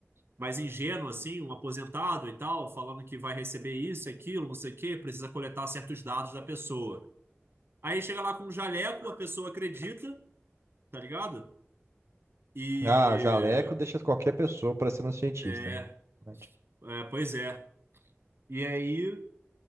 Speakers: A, on the right (about 60°); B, on the right (about 80°).
A: mas ingênuo assim, um aposentado e tal, falando que vai receber isso, aquilo, não sei o quê, precisa coletar certos dados da pessoa. Aí chega lá com um jaleco, a pessoa acredita, tá ligado? E
B: Ah, jaleco deixa qualquer pessoa parecendo um cientista,
A: é,
B: né? Verdade.
A: É, pois é. E aí